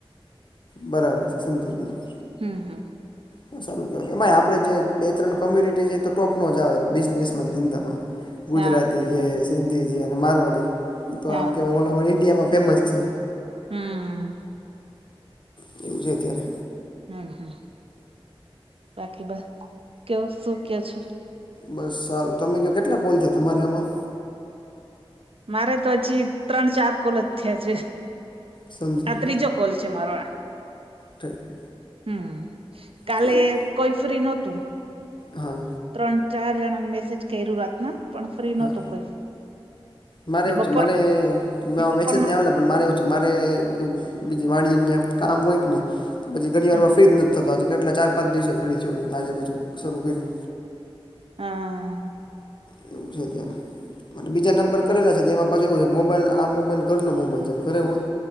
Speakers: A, on the left; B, on the right.
A: બરાબર છે સમજી ગયું હ
B: હમ હમ <inaudible>
A: <unintelligible> સારું કહેય એમાંય આપે જે બે ત્રણ કોમ્યુનિટી છે તો ટોપનોો જ આવે બિઝનેસમાં ધંધામાં ગુજરાતી
B: હા
A: છે સિંધી છે અને મારવાડી તો
B: હા
A: આમ કહેવાય ઓલ ઓવર ઈન્ડિયામાં ફેમસ છે
B: હમ
A: કેવુ છે અત્યારે
B: હમ હમ <inaudible> બાકી બહ કયો શું કયો છે
A: બસ સારું તમે ક કેટલા કોલ છે તમારે આમાં
B: મારે તો અચી ત્રણ ચાર કોલજ થયા છે
A: સમજી
B: આ ત્રીજો કોલ છે મારો આ
A: ગયો <inaudible> <unintelligible>
B: હમ કાલે
A: ઠીક.
B: કોઈ ફ્રી નતું
A: હા
B: ત્રણ ચાર જણાને મેસેજ કર્યું રાતના પણ ફ્રી નતું
A: હા
B: કોઈ
A: મારે
B: ને
A: એવું
B: બપોર
A: છે મને મેસેજ
B: બપોરના
A: નહીં આવેલા મારે એવું છે મારેવ <unintelligible> બી વાડી ન્યા કામ હોય કે નહી તો પછી ઘણી વારમાં
B: હા
A: ફ્રી જ નથી જ થતો આજે કેટલા ચાર પાંચ દિવસે ફ્રી થયો તો આજે પછું શરૂ કર્યું
B: આ....
A: કેવુ છે ત્યારે અને બીજા નંબર કરેલા છે તેમાં પાછ એવું છે કે મોબાઈલ આ મોબાઈલ ઘરનો મોબાઈલ છે ઘરે હોય